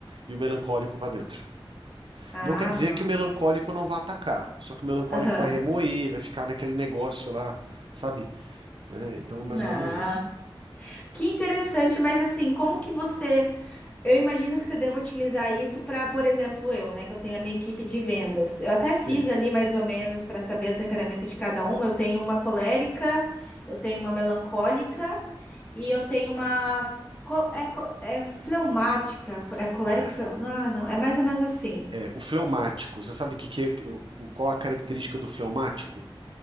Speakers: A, on the right (about 65°); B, on the left (about 15°).
A: e o melancólico para dentro.
B: Ah,
A: Não quer dizer
B: não.
A: que o melancólico não vai atacar, só que o melancólico
B: Aham.
A: vai remoer, vai ficar naquele negócio lá, sabe? Né? Então, é mais
B: Não.
A: ou menos isso.
B: Que interessante, mas assim, como que você Eu imagino que você deva utilizar isso para, por exemplo, eu, né, que eu tenho a minha equipe de vendas. Eu até fiz
A: Sim.
B: ali mais ou menos para saber o temperamento de cada uma. Eu tenho uma colérica, eu tenho uma melancólica e eu tenho uma co- é, co- é fleumática, é colérica,
A: É,
B: fleu- não, não, é mais ou menos assim.
A: é, o fleumático, você sabe que, que, o- qual a característica do fleumático?